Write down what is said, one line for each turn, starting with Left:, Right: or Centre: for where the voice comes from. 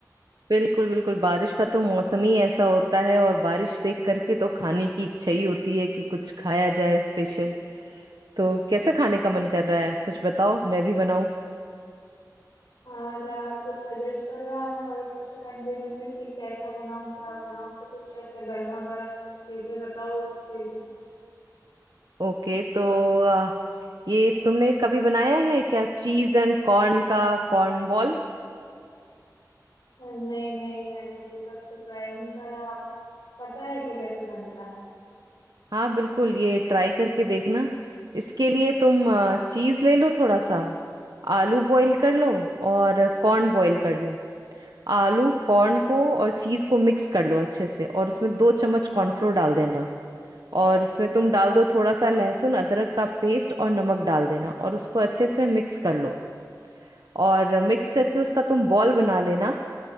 Right: बिल्कुल बिल्कुल बारिश का तो मौसम ही ऐसा होता है और बारिश देख करके तो खाने की इच्छा ही होती है कि कुछ खाया जाए स्पेशल तो कैसे खाने का मन कर रहा है कुछ बताओ मैं भी बनाऊं
Left: और आप कुछ सजेस्ट करो यार मैं वही तब से कंफ्यूजन में थी कैसा बनाऊं क्या बनाऊं तो कुछ ऐसा गर्मा गर्म कुछ चीजें बताओ अच्छी
Right: ओके तो आ, ये तुमने कभी बनाया है क्या चीज एंड कॉर्न का कॉर्न बॉल
Left: नहीं नहीं मैंने अभी तक तो ट्राई नहीं करा आप पता है क्या कैसे बनता है
Right: हाँ बिल्कुल ये ट्राई करके देखना इसके लिए तुम चीज ले लो थोड़ा सा आलू बॉईल कर लो और कॉर्न बॉईल कर लो आलू कॉर्न को और चीज को मिक्स कर लो अच्छे से और उसमें दो चम्मच कॉर्नफ्लोर डाल देना
Left: अच्छा
Right: और
Left: अच्छा
Right: उसमें तुम डाल दो थोड़ा सा लहसुन अदरक का पेस्ट और नमक डाल देना और उसको अच्छे से मिक्स कर लो और मिक्स करके उसका तुम बॉल बना लेना